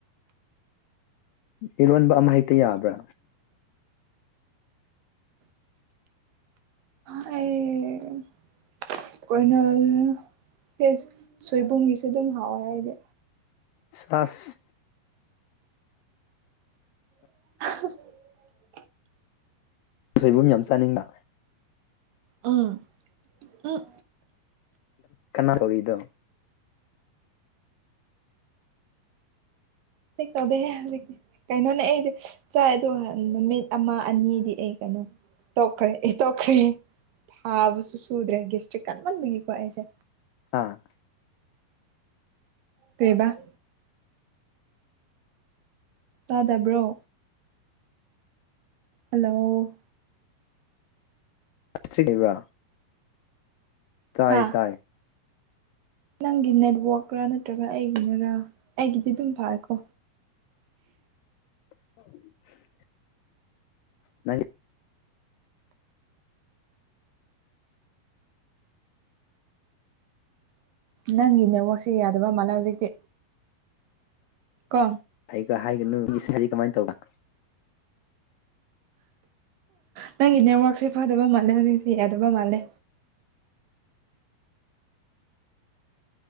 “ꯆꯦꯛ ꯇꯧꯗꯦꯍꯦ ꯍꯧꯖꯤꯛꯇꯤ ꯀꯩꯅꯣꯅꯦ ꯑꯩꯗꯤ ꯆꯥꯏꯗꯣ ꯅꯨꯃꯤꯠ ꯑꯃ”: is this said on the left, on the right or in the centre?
Right